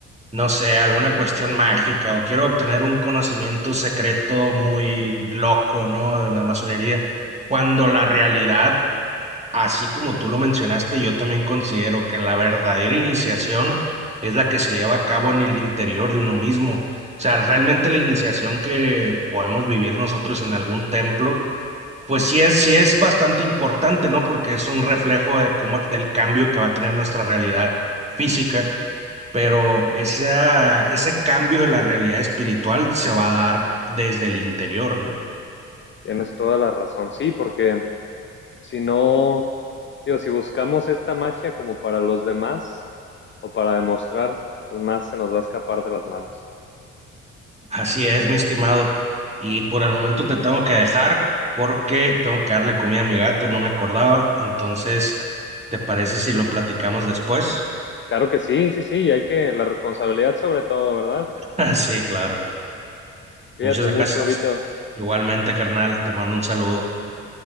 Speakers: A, on the right (about 20°); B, on the left (about 30°).
A: no sé, alguna cuestión mágica o quiero obtener un conocimiento secreto muy loco, ¿no? De la masonería, cuando la realidad Así como tú lo mencionaste, yo también considero que la verdadera iniciación es la que se lleva a cabo en el interior de uno mismo. O sea, realmente la iniciación que podemos vivir nosotros en algún templo, pues sí es, sí es bastante importante, ¿no? Porque es un reflejo de cómo, del cambio que va a tener nuestra realidad física, pero esa, ese cambio de la realidad espiritual se va a dar desde el interior, ¿no?
B: Tienes toda la razón. Sí, porque si no, digo, si buscamos esta magia como para los demás o para demostrar, pues más se nos va a escapar de las manos.
A: Así es, mi estimado. Y por el momento te tengo que dejar porque tengo que darle comida a mi gato, no me acordaba. Entonces, ¿te parece si lo platicamos después?
B: Claro que sí, sí, sí, y hay que, la responsabilidad sobre todo, ¿verdad?
A: <laughs> Sí, claro.
B: Cuídate
A: Muchas gracias.
B: mucho, Vito,
A: Igualmente, carnal, te mando un saludo.